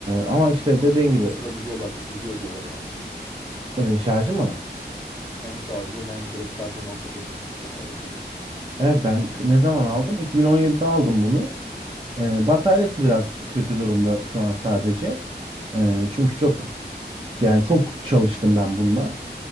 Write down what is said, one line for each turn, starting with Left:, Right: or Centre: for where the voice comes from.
Right: ama işte
Centre: Çok
Right: dediğin
Centre: çok
Right: gibi
Centre: uzun süre gidiyorlar, gidiyor diyorlar yani.
Right: e, şarjı mı?
Centre: Hem şarjı hem direkt performansa çok yüksek vesaire diyorlar.
Right: Evet ben k- ne zaman aldım? 2017'de aldım bunu. Ee, bataryası biraz kötü durumda şu an sadece. Ee, çünkü çok yani çok çalıştım ben bununla.